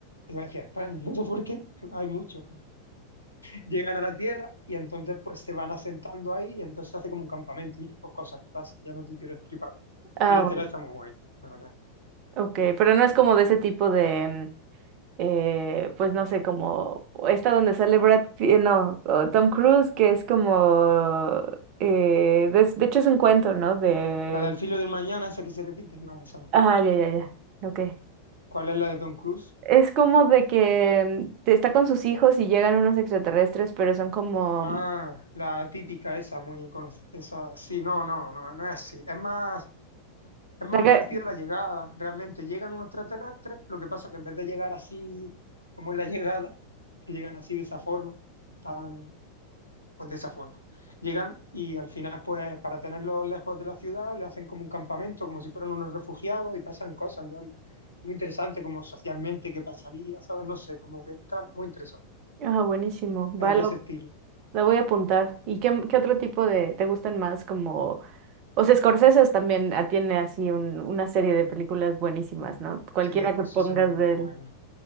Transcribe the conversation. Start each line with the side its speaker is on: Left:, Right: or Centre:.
Left: iba a decir a España, <laughs> no sé por qué, <laughs> hay muchos. Llegan a la Tierra y entonces pues se van asentando ahí y entonces se hace como un campamento y pues cosas que pasan, ya no te quiero destripar más.
Right: Ah,
Left: Míratela,
Right: bueno,
Left: está muy guay, la verdad.
Right: ok. Pero no es como de ese tipo de. mm, eh, pues no sé, como esta donde sale Brad Pitt, eh, no, o Tom Cruise, que es como, eh, de, de hecho es un cuento, ¿no? De,
Left: La del filo del mañana, esa que se repite, no, esa no.
Right: ah, ya, ya, ya, ok.
Left: ¿Cuál es la de Tom Cruise?
Right: Es como de que mm, te- está con sus hijos y llegan unos extraterrestres, pero son como,
Left: Ah, la típica esa, muy conocida, esa, sí, no, no, no, no es así, es más Es más
Right: la que-
Left: parecido a la llegada, realmente. Llegan unos extraterrestres, lo que pasa que en vez de llegar así como en la <laughs> llegada, que llegan así de esa forma, tan, pues de esa forma. Llegan y al final, pues para tenerlos lejos de la ciudad, le hacen como un campamento, como si fueran unos refugiados y pasan cosas. Entonces, muy interesante, como socialmente, qué pasaría, ¿sabes? No sé, como que está muy interesante.
Right: ah, buenísimo, va,
Left: Es
Right: lo,
Left: de ese estilo.
Right: la voy a apuntar. ¿Y qué, qué otro tipo de, te gustan más? Como, o sea, Scorsese también ah, tiene así un- una serie de películas buenísimas, ¿no? Cualquiera
Left: Sí, Scorsese
Right: que pongas
Left: es muy
Right: de
Left: bueno,
Right: él.